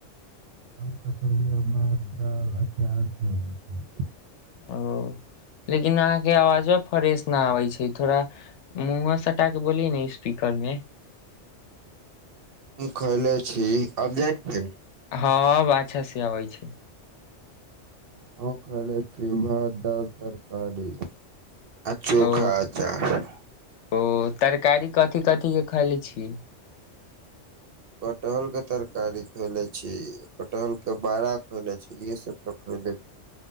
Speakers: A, on the right (about 60°); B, on the left (about 70°).
A: हम तऽ खैलि ह भात दाल अचार सब <unintelligible>
B: ओ लेकिन अहाँ के आवाजो फ्रेश न आबै छै थोड़ा मुह सटा के बोलि न स्पीकरमे
A: खैले छी अब जाइ छै
B: हँ बछा से आबै छै
A: आ खाले छी भात दाल तरकारी अ चोखा
B: ओ
A: अचार
B: ओ तरकारी कथि कथी के खली छी
A: कटहल के तरकारी खयले छी कटहल के बाड़ा खयले छी इसभ त खयले छी